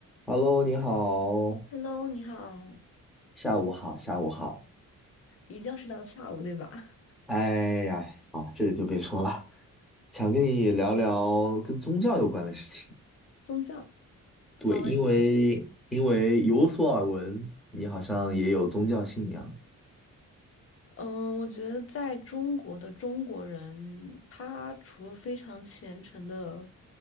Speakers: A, in the centre; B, on the left.
A: Hello，你好，
B: Hello，你好，
A: 下午好，下午好。
B: 一觉睡到下午，对吧？
A: 哎呀，好了，这个就别说了，想跟你聊聊跟宗教有关的事情。
B: <laughs> 宗教，
A: 对，
B: 好问题。
A: 因为因为有所耳闻，你好像也有宗教信仰，
B: 嗯，我觉得在中国的中国人，他除了非常虔诚的